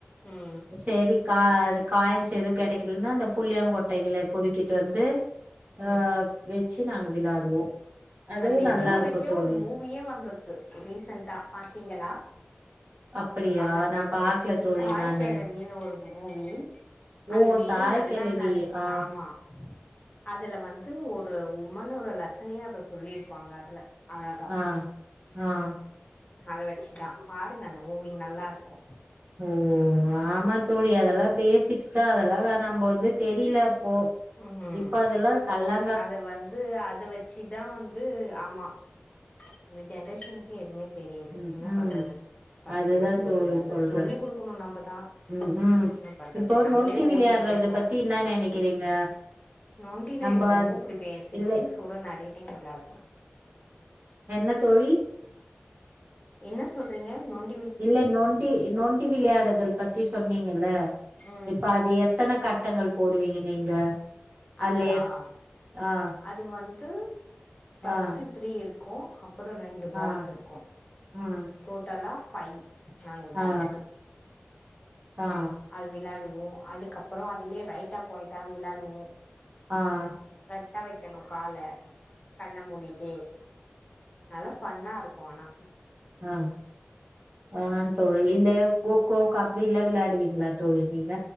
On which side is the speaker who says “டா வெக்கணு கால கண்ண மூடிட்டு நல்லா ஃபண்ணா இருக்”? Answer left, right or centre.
Left